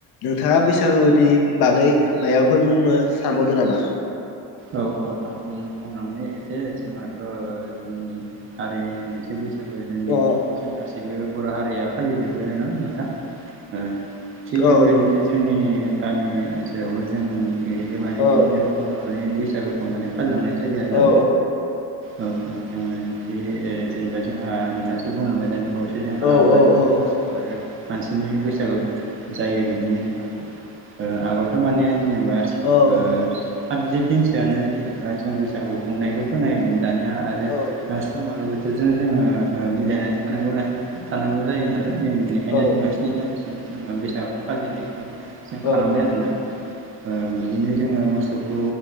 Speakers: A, on the left; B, on the right.
A: नोंथाङा बैसागुनि बागै मायाफोर बुंनो सानबावदों नामा?
B: औ औ आं ओं <unintelligible> एसे जोंहाथ' जोंनि हारिनि मोनसे बैसागु जों
A: अह
B: जों गाैसिबो बर' हारिया फालिजोबो ना नोंथां ओ थिग बेबायदिनो
A: औ
B: जोंनि गामि ओनसोलावबो जोंनिथिंबो माने
A: औ
B: बिदिनो बर'नि बैसागु माने फालिलांनाय जायो आरो ना।
A: औ
B: औ जोङो जे ओ जेनेबा जोंहा दासो बुंलांबाय दानि बावैसो जोंहा
A: औ
B: मान
A: औ
B: मोसौ आरो मानसिनि बैसागु जायो बिदिनो जोंहाबो ओ आगोलथ' माने जेनेबा
A: औ
B: ओ थामजि दिनसोआनो जेनेबा जों बैसागु खुंनायखौ खोनायोमोन दानिया आरो
A: औ
B: आरो सम आरो बोथोरजों जोङो ओ मिलायनानै थानांगौ नालाय थानांगौ जायो नालाय जों बेनिखायनो
A: औ
B: जोङो स्नि दानसिम जोङो बैसागुखौ फालिनायखौ जों
A: औ
B: खालामबाय आरोना। ओ बिदिनो जोङो मोसौखौ